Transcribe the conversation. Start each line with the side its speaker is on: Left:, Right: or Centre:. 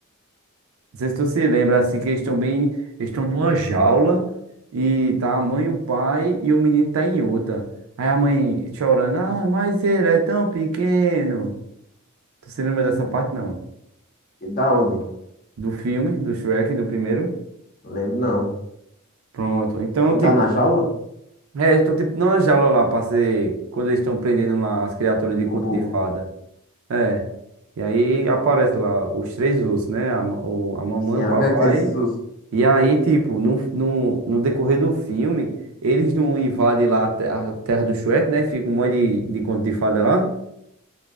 Right: Não sei se tu se lembra, assim, que eles estão bem, eles estão numa jaula e tá a mãe, o pai e o menino tá em outra. Aí a mãe chorando, ah, mas ele é tão pequeno. Tu se lembra dessa parte, não?
Left: E da onde?
Right: Do filme, do Shrek, do primeiro?
Left: Não lembro, não.
Right: Pronto. Então,
Left: Que
Right: tipo,
Left: tá na jaula?
Right: É, eles estão tipo numa jaula lá pra ser. Quando eles estão prendendo lá as criaturas de
Left: O
Right: conto
Left: burro.
Right: de fada. É. E aí aparece lá os três ursos, né? A, ma- o, a mamãe,
Left: Sim,
Right: o
Left: ah,
Right: papai.
Left: o que é que tem esses ursos?
Right: E aí, tipo, no, no, no decorrer do filme, eles não invadem lá a, te- a terra do Shrek, né? Fica um monte de, de conto de fada lá.